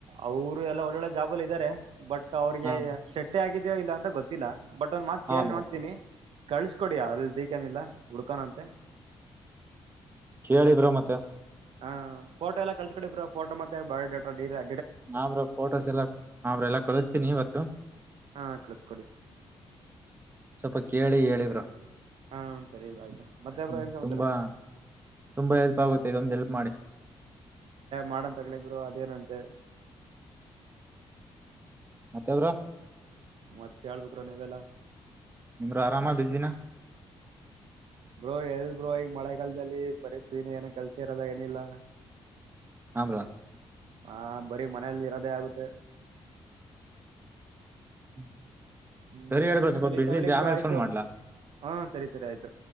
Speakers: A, on the right; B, on the right.
A: ಅವರು ಎಲ್ಲ ಒಳ್ಳೊಳ್ಳೆ ಜಾಬಲ್ಲಿ ಇದ್ದಾರೆ ಬಟ್ ಅವ್ರಿಗೆ
B: ಹ
A: ಸೆಟ್ಟೆ ಆಗಿದೆಯೋ ಇಲ್ಲ ಅಂತ ಗೊತ್ತ ಗಿಲ್ಲ ಬಟ್ ಒಂದ್ ಮಾತ್
B: ಹಾ
A: ಕೇಳಿ
B: ಬ್ರೋ
A: ನೋಡ್ತೀನಿ ಕಳ್ಿಸ್ಕೊಡಿ ಅವ್ರಲ್ ದ ಏನಿಲ್ಲ ಹುಡ್ಕೋನ ಅಂತೆ
B: ಕೇಳಿ ಬ್ರು ಮತ್ತೆ
A: ಹಾ ಫೋಟೋ ಎಲ್ಲ ಕಲ್ಸ್ಕೊಳ್ಳಿ ಬ್ರೋ ಫೋಟೋ ಮತ್ತೆ ಬಯೋಡೇಟಾ
B: ಹಾ ಬ್ರು ಫೋಟೋಸ್ ಎಲ್ಲಾ ಹಾ ಎಲ್ಲಾ ಕಳಿಸತೀನಿ ಇವತ್ತು
A: ಹಾ ಕಳಿಸಕೊಡಿ
B: ಸ್ವಲ್ಪ ಕೇಳಿ ಹೇಳಿ
A: ಹಾ ಸರಿ ಇ್ರ ಆಯ್ತ ಮತ್ತೆಬ್ಬರು
B: ಹ್ಮ್
A: ಏನ್ ಸಮಾಚಾರ
B: ತುಂಬಾ ತುಂಬಾ ಹೆಲ್ಪ್ ಆಗುತ್ತೆ ಇದ ಒಂದ್ ಹೆಲ್ಪ್ ಮಾಡಿ
A: ಮಾಡನ್ ತಗಳಬ್ರರು ಅದೇನಂತೆ
B: ಮತ್ತೆ ಬ್ರೋ
A: ಮತ್ತ ಹೇಳ್ಬೇಕ್ರ ನೀವೆಲ್ಲಾ
B: ಬ್ರೋ ಆರಾಮ ಬಿಸಿನ
A: ಬ್ರೋ ಎಲ್ ಬ್ರೋ ಈಗ ಮಳೆಗಾಲದಲ್ಲಿ ಬರೀ ಪ್ರೀಿನ ಏನ ಕಲ್ಸಿರಲ್ಲ ಏನಿಲ್ಲ
B: ಹ್ಮ್ ಬ್ರೋ
A: ಹಾ ಬರೀ ಮನೇಲಿ ಇರೋದೇ ಆಗುತ್ತೆ
B: ಹ್ಮ
A: ಹ್ಮ್
B: ಸರಿ ಹೇಳೇಳ್ಬ ಸ್ವಲ್ಪ
A: ಸರಿ
B: ಬಿಸಿ
A: ತಗೊಳ್ಳಿ
B: ಇದ್ದೆ
A: ಬ್ರೋ
B: ಆಮೇಲೆ
A: ಆಯ್ತು
B: ಫೋನ್ ಮಾಡ್ಲಾ
A: ಹಾ ಸರಿ ಸರಿ ಆಯ್ತು